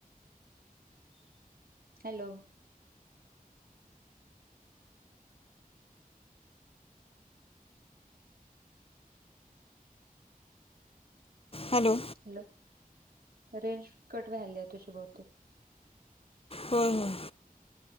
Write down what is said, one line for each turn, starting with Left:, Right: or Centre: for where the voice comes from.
Right: hello <inaudible>
Left: <inaudible> hello
Right: hello range cut वायली आहे तुझी बहुतेक
Left: होय होय